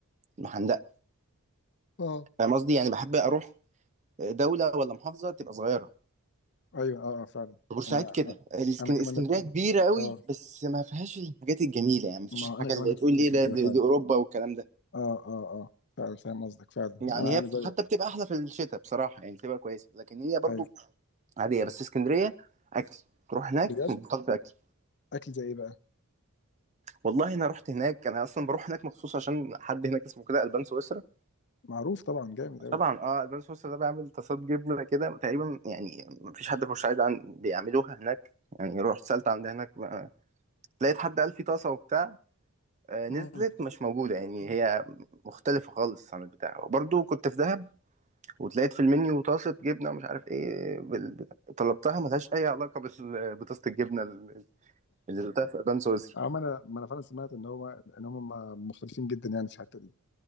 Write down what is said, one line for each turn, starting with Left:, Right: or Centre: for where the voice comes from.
Right: المحندقه
Left: اه
Right: فاهم قصدي يعني بحب اروح دوله ولا محافظه تبقى صغيره
Left: ايوه اه اه فعلا
Right: بورسعيد
Left: انا
Right: كده الإسك-
Left: انا كمان
Right: اسكندريه
Left: نفس
Right: كبيره قوي
Left: اه
Right: بس ما فيهاش الحاجات الجميله يعني ما فيهاش
Left: ما
Right: الحاجه
Left: انا كمان
Right: اللي
Left: نفس
Right: تقول
Left: الفكره
Right: لي إيه ده
Left: كده
Right: دي
Left: فعلا
Right: دي اوروبا والكلام ده
Left: اه اه اه فعلا فاهم قصدك فعلا
Right: يعني
Left: انا
Right: هي
Left: انا
Right: بت-
Left: زيك
Right: حتى بتبقى احلى في الشتاء بصراحه يعني بتبقى كويسه لكن هي برضو
Left: ايوه
Right: عاديه بس اسكندريه اكل تروح هناك
Left: بجد
Right: بطلت اكل
Left: اكل زي ايه بقى
Right: والله انا رحت هناك انا اصلا بروح هناك مخصوص عشان حد هناك اسمه كده البان سويسرا
Left: معروف طبعا جامد قوي
Right: طبعا اه البان سويسرا ده بيعمل طاسات جبنه كده تقريبا يعني مفيش حد في بورسعيد عن بيعملوها هناك يعني رحت سالت عند هناك آه، لقيت حد قال في طاسه وبتاع آه، نزلت
Left: امم
Right: مش موجوده يعني هي مختلفه خالص عن البتاع وبرضو كنت في دهب وتلاقيت في المنيو طاسة جبنة ومش عارف ايه بال... طلبتها ملهاش أي علاقة بال... بطاسة الجبنة ال- اللي دوقتها في أبان سويسرا
Left: اه ما انا ما انا فعلا سمعت ان هو ان هم مختلفين جدا يعني في الحته دي